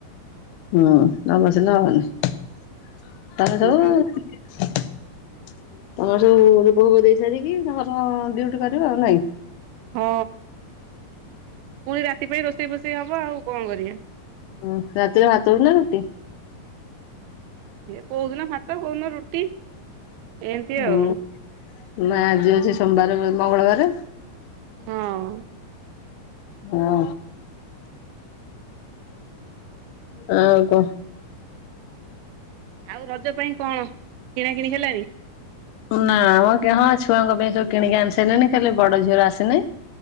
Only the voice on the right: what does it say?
ଛୁଆଙ୍କୁ
ହଁ ପୁଣି ରାତି ପାଇଁ ରୋଷେଇ ଫୋଷେଇ ହବ ଆଉ କଣ କରିବା?
ଏ କୋଉଦିନ ଭାତ କୋଉ ରୁଟି। ଏମିତି
ଆଉ
ହଁ।
ଆଉ ରଜ ପାଇଁ କଣ କିଣା କିିଣି ହେଲାଣି?